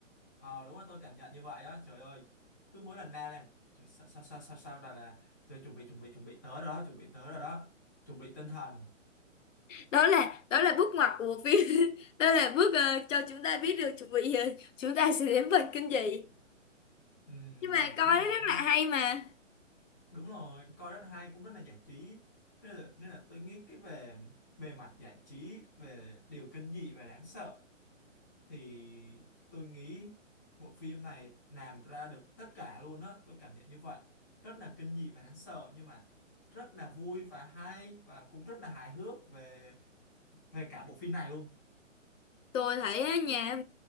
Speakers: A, on the left (about 15°); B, on the left (about 75°).
A: ờ đúng là tôi cảm nhận như vậy á trời ơi cứ mỗi lần la lên trời, sao sao sao sao sao là là trời chuẩn bị chuẩn bị chuẩn bị tới rồi đó chuẩn bị tới rồi đó chuẩn bị tinh thần
B: đó là đó là bước ngoặt của bộ phim <laughs> đó là bước ờ, cho chúng ta biết được chuẩn bị ờ, chúng ta sẽ đến phần kinh dị
A: ừ
B: nhưng mà
A: đúng
B: coi
A: rồi
B: nó rất
A: á
B: là hay mà
A: đúng rồi coi Đất Hai cũng rất là giải trí nên là, nên là tôi nghĩ cái về bề mặt giải trí về điều kinh dị và đáng sợ thì tôi nghĩ bộ phim này làm ra được tất cả luôn á tôi cảm nhận như vậy rất là kinh dị và đáng sợ nhưng mà rất là vui và hay và cũng rất là hài hước về về cả bộ phim này luôn
B: tôi thấy á nhà